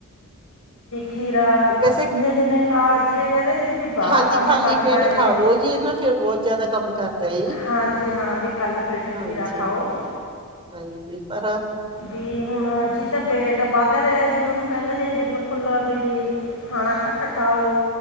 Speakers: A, on the left (about 75°); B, on the right (about 25°).
A: ਖੀਰਾ
B: ਵੈਸੇ
A: ਨਿੰਨੇ ਕਾਲਜੇ ਕਹਿੰਦੇ ਬੜਾ
B: ਹਾਂਜੀ
A: ਕੰਮ
B: ਖਾਲੀ
A: ਕਰਦਾ
B: ਪੇਟ
A: ਇਹ
B: ਖਾਵੋ ਜੀ ਇਹ ਨਾ ਫੇਰ ਬਹੁਤ ਜ਼ਿਆਦਾ ਕੰਮ ਕਰਦਾ ਏ ਜੀ।
A: ਹਾਂਜੀ ਹਾਂ ਵੀ ਖਾਲੀ ਫੇਟ
B: ਹਾਂਜੀ
A: ਖੀਰਾ ਖਾਓ
B: ਹਾਂਜੀ ਪਰ
A: ਵੀ ਹੁਣ ਜੀਦਾ ਵੇਟ ਵੱਧ ਰਿਹਾ ਜੀ ਉਹਨੂੰ ਕਹਿੰਦੇ ਨੇ ਜਿਹਨੂੰ ਫੁੱਲ ਵੀ ਖਾਣਾ ਘੱਟ ਖਾਓ